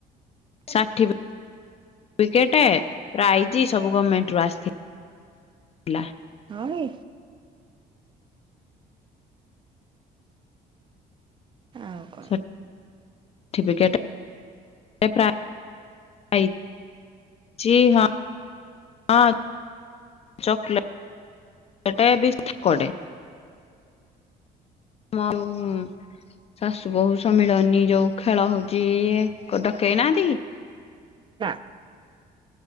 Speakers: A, on the left; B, on the right.
A: ଷାଠିପି ସାଠି ପିକେଟ ପ୍ରାଇଜ ସବୁ ଗମେଣ୍ଟ ରୁ ଆସିଥିଲା।
B: ହଁ କି। ଆଉ କଣ?
A: ସାଠୀ ପିକେଟ ସେ ପ୍ରାଇ ପ୍ରାଇଯ ହଁ ହଁ ଚକଲେଟ୍। ଚକ୍ଲେଟ ବିସ୍କୁଟେ। ହୁଁ। ଶାଶୁ ବୋହୁୂ ସମ୍ମିଳନୀ ଯୋଉ ଖେଳ ହଉଚି ଡକେଇ ନାହାନ୍ତି କି?
B: ନା।